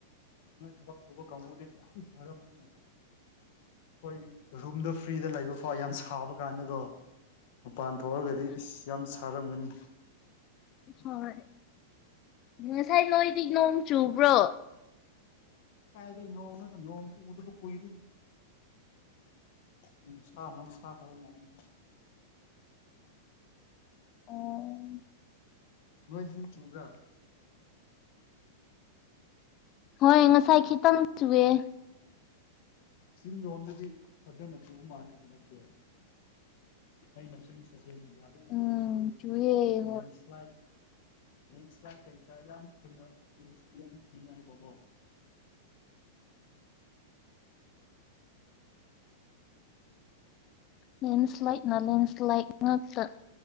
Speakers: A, on the left (about 50°); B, on the left (about 35°).
A: ꯅꯣꯏ ꯊꯕꯛ ꯁꯨꯕ ꯀꯥꯡꯕꯨꯗꯤ ꯌꯥꯝ ꯁꯥꯔꯝꯅꯤꯅꯦ ꯑꯩꯈꯣꯏ ꯔꯨꯝꯗ ꯐ꯭ꯔꯤꯗ ꯂꯩꯕ ꯐꯥꯎ ꯌꯥꯝ ꯁꯥꯕ ꯀꯥꯟꯗꯀꯣ ꯃꯄꯥꯟ ꯊꯣꯛꯑꯒꯗꯤ ꯑꯁ ꯌꯥꯝ ꯁꯥꯔꯝꯒꯅꯤ
B: ꯍꯣꯏ ꯉꯁꯥꯏ ꯅꯣꯏꯗꯤ ꯅꯣꯡ ꯆꯨꯕ꯭ꯔꯣ
A: ꯀꯥꯏꯗꯩꯩ ꯅꯣꯡꯅꯣꯗ ꯅꯣꯡ ꯎꯗꯕ ꯀꯨꯏꯔꯦꯍꯦ ꯅꯨꯡꯁꯥ ꯅꯣꯡꯁꯥꯗꯥ ꯑꯣꯏꯅꯥ ꯍꯥꯏꯍꯟꯒꯦ
B: ꯑꯣ
A: ꯅꯣꯏꯗꯤ ꯆꯨꯕ꯭ꯔꯥ
B: ꯍꯣꯏ ꯉꯁꯥꯏ ꯈꯤꯇꯪ ꯆꯨꯑꯦ
A: ꯆꯤꯡ ꯂꯣꯝꯗꯗꯤ ꯐꯖꯅ ꯆꯨꯕ ꯃꯥꯜꯂꯦ ꯍꯟꯗꯛꯁꯦ ꯑꯩꯅ ꯁꯨꯝ ꯁꯣꯁꯦꯜ ꯃꯦꯗꯤꯌꯥꯗ
B: ꯎꯝ
A: ꯎꯕꯗꯥꯁꯨ
B: ꯆꯨꯌꯦ
A: ꯁꯇꯨꯗꯦꯟꯁ
B: ꯍꯣꯏ
A: ꯐ꯭ꯂꯥꯏꯠ ꯂꯦꯟ ꯁꯂꯥꯏꯠ ꯀꯩꯀꯥ ꯌꯥꯝ ꯊꯦꯡꯅ ꯎ ꯌꯥꯝ ꯊꯦꯡꯅꯩꯕꯀꯣ
B: ꯂꯦꯟꯁ꯭ꯂꯥꯏꯠꯅ ꯂꯦꯟꯁ꯭ꯂꯥꯏꯠ ꯉꯥꯛꯇꯥ